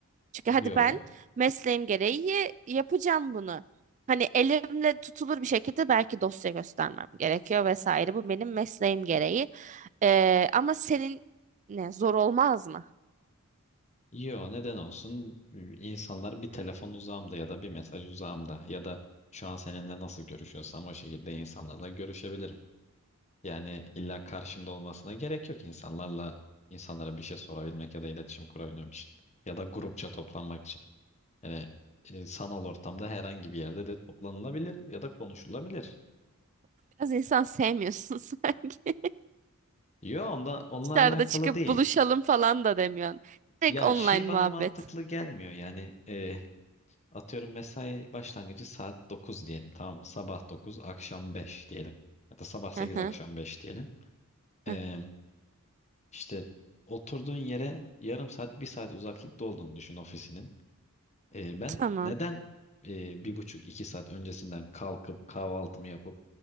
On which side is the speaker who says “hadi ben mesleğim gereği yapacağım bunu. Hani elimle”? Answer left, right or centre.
Right